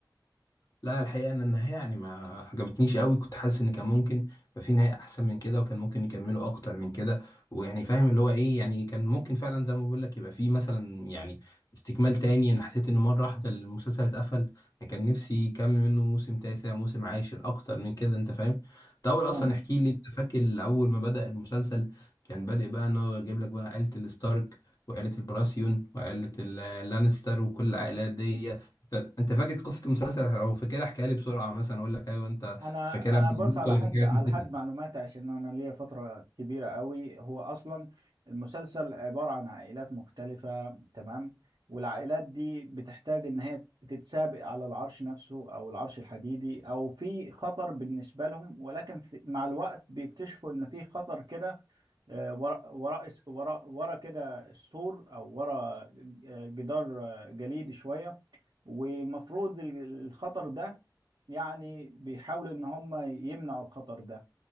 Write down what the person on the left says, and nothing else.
لا الحقيقة أن النهاية يعني ما عجبتنيش قوي كنت حاسس إن كان ممكن يبقى في نهاية أحسن من كده وكان ممكن يكملوا أكتر من كده ويعني فاهم اللي هو إيه يعني كان ممكن فعلا زي ما بقول لك يبقى في مثلا يعني استكمال تاني أنا حسيت إن مرة واحدة المسلسل اتقفل أنا كان نفسي يكمل منه موسم تاسع موسم عاشر أكتر من كده أنت فاهم ده أول
أصلا احكي لي أنت فاكر أول ما بدأ المسلسل كان بادئ بقى إن هو يجيب لك بقى عيلة الستارك وعيلة البراسيون وعيلة اللانستر وكل العائلات دي انت انت فاكر قصه المسلسل او فاكرها احكيها لي بسرعه مثلا اقول لك ايوه انت
فاكرها
من
الهبوط
ولا
في حاجات
نسيتها